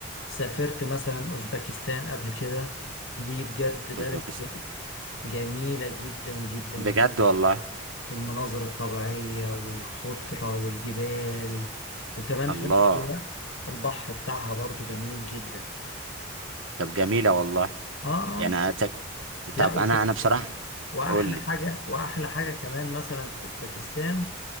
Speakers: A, on the left; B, on the right.
A: سافرت مثلا اوزبكستان قبل كده دي بجد بلد
B: أوزبكستان
A: جميلة جدا جدا
B: بجد
A: جدا
B: والله
A: في المناظر الطبيعية والخضرة والجبال وكمان
B: الله
A: في نفس الوقت البحر بتاعها برضو جميل جدا
B: طب جميلة والله
A: اه اه
B: يعني أنا- طب
A: لا
B: طب أنا أنا بصراحة
A: واحلى
B: قول لي
A: حاجه واحلى حاجه كمان مثلا في اوزبكستان